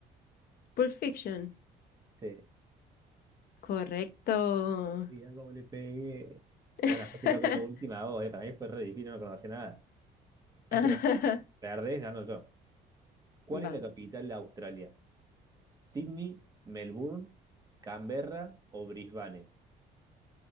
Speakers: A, on the left; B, on the right.
A: Pulp Fiction.
B: Sí.
A: Correcto.
B: Mira cómo le pegué.
A: <laughs>
B: Bueno, ahora te toca la última a vos, eh. Para mí fue re difícil, no conocía nada. Esta
A: <laughs>
B: la perdés, gano yo. ¿Cuál es
A: Va.
B: la capital de Australia? ¿Sydney, Melbourne, Canberra o Brisbane?